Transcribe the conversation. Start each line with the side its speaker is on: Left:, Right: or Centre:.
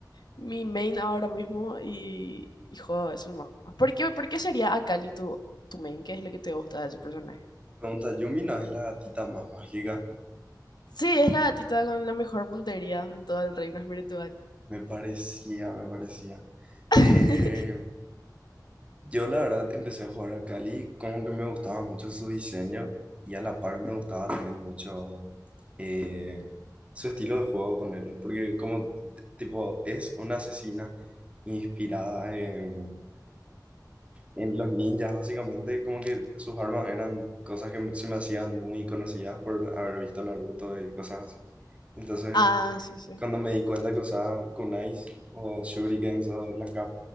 Left: mi main ahora mismo y, y juego eso nomás. ¿Por qué, por qué sería Akali tu, tu main? ¿Qué es lo que te gusta de ese personaje?
Right: Pregunta, Yumi no es la gatita más mágica.
Left: Sí, es la gatita con la mejor puntería en todo el reino espiritual.
Right: Me parecía, me parecía.
Left: <laughs>
Right: Eh, Yo la verdad empecé a jugar a Cali, como que me gustaba mucho su diseño y a la par me gustaba también mucho eh, su estilo de juego, ponerle, porque como t- tipo es una asesina inspirada en, en los ninjas, básicamente como que sus armas eran cosas que se me hacían muy conocidas por haber visto Naruto y cosas así. Entonces,
Left: Ah, sí, sí.
Right: cuando me di cuenta que usaba kunais o shurikens o la